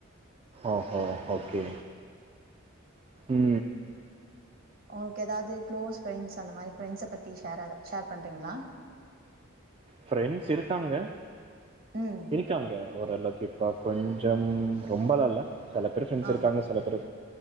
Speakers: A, on the right; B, on the right.
A: ஓகே ஓகே உ
B: உங்களுக்கு ஏதாது க்ளோஸ் ப்ரெண்ட்ஸ் அந்த மாரி பிரெண்ட்ஸ பத்தி ஷேராத ஷேர் பண்றீங்களா
A: ஃப்ரெண்ட்ஸ் இருக்காங்க
B: ம்
A: இருக்காங்க ஒரு அலக் இப்போ கொஞ்சம் ரொம்பலா இல்ல சில பேர் ஃப்ரெண்ட்ஸ்
B: ஆ
A: இருக்காங்க சில பேரு